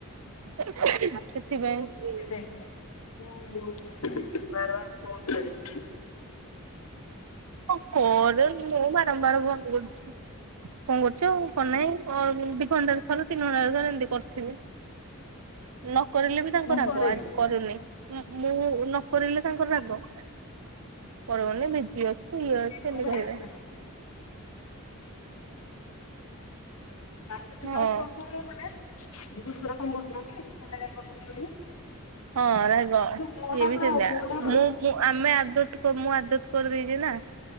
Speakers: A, on the right (about 80°); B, on the left (about 85°).
A: ସେଥିପାଇଁ
B: ଏ ଦେଖେ ତୁ ଉଁ ବାରବାର୍ ଫୋନ୍ କରିବୁନୁ।
A: କଁ କରେ ମୁଁ ବାରମ୍ବାର ଫୋନ୍ କରୁଛି। କଁ କରୁଛ କଁ ନାଇଁ ଅ ଦି ଘଣ୍ଟାରେ ଥରେ ତିନି ଘଣ୍ଟାରେ ଥରେ ଏନ୍ତି କରୁଥିବି। ନକରିଲେ ବି ତାଙ୍କ
B: ମୁଁ
A: ରାଗ
B: କରେନି
A: ଆଜି କରୁନି। ମୁଁ ମୁଁ ନକରିଲେ ତାଙ୍କର ରାଗ କହିଲନି ବିଜି ଅ ଛି ଇଏ ଅଛ
B: ଦିପୁ
A: ଇନ୍ତି
B: ଭାଇ
A: କହିବେ।
B: ବି ସେମିତି ଦିନେ
A: ହଁ।
B: ଆଉ ଫୋନ୍ କଲିନି ମୁଁ ବି ଆଜି ଦିନ ସାରା କଁ କରୁଥିଲୁ କି ଫୋନଟା କାଇଁ କରୁନଥୁଲୁ।
A: ହଁ ରାଗ
B: ମୋ
A: ଇଏ
B: ଟା
A: ବି
B: ପୁରା
A: ସେନ୍ତିଆ
B: ମୋ ଟା
A: ମୁଁ ମୁଁ ଆମେ ଆଦତ୍ ତ ମୁଁ ଆଦତ୍ କରିଦେଇଚି ନା।